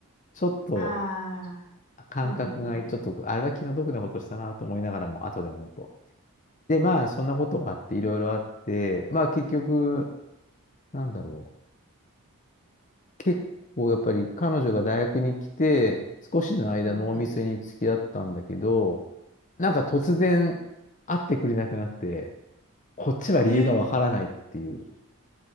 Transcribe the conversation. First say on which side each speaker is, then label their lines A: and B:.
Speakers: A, on the left; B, on the left.
A: ちょっと、
B: ああ
A: 感覚がちょっと、
B: ー。うん。うん。うん。
A: あれは気の毒なことしたなと思いながらも、後で思うと。で、まあ、そんなことがあって、いろいろあって、まあ、結局、なんだろう。結構、やっぱり彼女が大学に来て、少しの間、
B: うん。
A: 濃密に付き合ったんだけど、
B: うんうん
A: なんか突然、
B: うん
A: 会ってくれなくなって、こっちは理由がわからないっていう。
B: へえ。